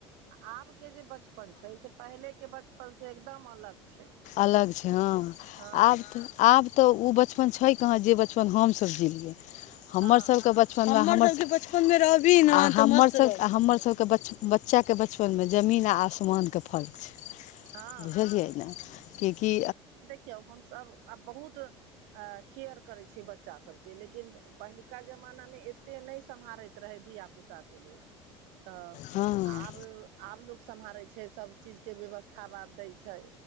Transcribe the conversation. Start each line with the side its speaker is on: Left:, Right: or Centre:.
Right: आबके जे बचपन छै से पहिलेके बचपनसँ एकदम अलग छै।
Left: अलग छै हँ
Right: हँ
Left: आब तऽ आब तऽ ओ बचपन छै कहाँ जे बचपन हमसब जिलियै हमर
Right: हँ
Left: सबके बच बचन हम बचपन मे रह भी न हमर हमर सबके बच्चा के बचपन नमे जमीन आ आसमानके फर्क छै
Right: हँ
Left: बुझलियै ने किएकि
Right: कीय हमसभ आब बहुत केयर करै छियै बच्चा सबके लेकिन पहिलुका जमानामे एतेक नहि सम्हारैत रहै धियापुताके लोक। तऽ
Left: हँ
Right: आब आब लोक सम्हारै छै सब चीजके व्यवस्था यथा बाद दय छै